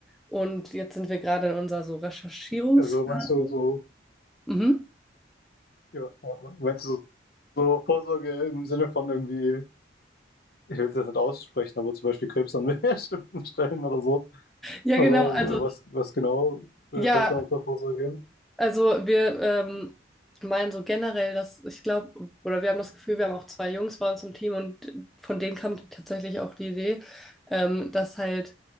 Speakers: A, in the centre; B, on the left.
A: Und jetzt sind wir gerade in unserer so Recherchierungsphase.
B: also meinst du so?
A: Mhm.
B: Ja, ja. meinst du so, so Vorsorge im Sinne von irgendwie, ich will es jetzt nicht aussprechen, aber zum Beispiel Krebs an <laughs> bestimmten Stellen oder so?
A: Ja,
B: Oder
A: genau. Also,
B: was, was genau äh,
A: ja,
B: fällt da unter Vorsorge? hin?
A: also wir ähm, meinen so generell, dass ich glaube, oder wir haben das Gefühl, wir haben auch zwei Jungs bei uns im Team und von denen kam tatsächlich auch die Idee, ähm, dass halt